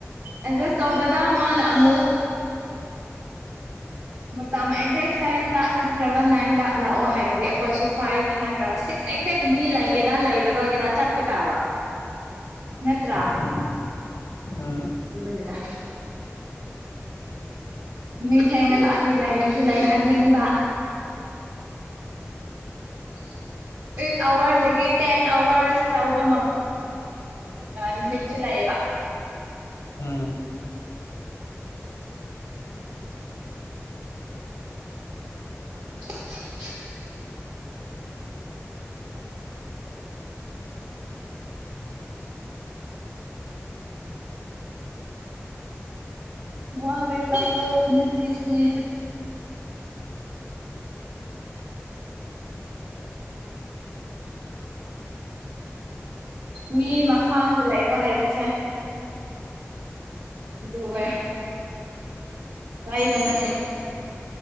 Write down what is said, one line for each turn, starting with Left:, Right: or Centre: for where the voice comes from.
Right: ꯑꯦꯠꯖꯁ ꯇꯧꯕꯗ ꯃꯥꯅ ꯑꯃꯨꯛ ꯃꯇꯝ ꯑꯦꯛꯖꯦꯛ ꯁꯚꯦꯟꯗ ꯅꯠꯇ꯭ꯔꯒ ꯅꯥꯏꯟꯗ ꯂꯥꯛꯑꯣ ꯍꯥꯏꯗꯨꯗꯤ ꯑꯩꯈꯣꯏꯁꯨ ꯐꯥꯏꯚꯇ ꯅꯠꯇ꯭ꯔꯒ ꯁꯤꯛꯁ ꯑꯦꯛꯖ ꯃꯤ ꯂꯥꯏꯒꯦ ꯂ ꯏꯒꯒꯔ ꯆꯠ ꯇꯕ ꯅꯠꯇ꯭ꯔꯥ
Left: ꯎꯝ ꯎꯝ
Right: ꯏꯅꯤꯗ ꯃꯤ ꯊꯦꯡꯅ ꯂꯥꯛꯏ ꯂꯩꯁꯨ ꯂꯩꯍꯟꯅꯤꯡꯕ <unintelligible> <inaudible> ꯑꯩꯠ ꯑꯋꯥꯔꯁꯗꯒꯤ ꯇꯦꯟ ꯑꯋꯥꯔꯁ ꯇꯧꯕ ꯂꯤꯃꯤꯠꯁꯨ ꯂꯩꯌꯦꯕ <inaudible> <unintelligible>
Left: ꯎꯝ
Right: <unintelligible> <inaudible> ꯋꯥ ꯔꯦꯇꯥ ꯃꯁꯂꯤꯁꯀꯤ ꯃꯤ ꯃꯈꯥꯗ ꯂꯥꯏꯕ ꯍꯥꯏꯕꯁꯦ ꯣꯋꯦ ꯂꯏꯕꯅꯀꯦ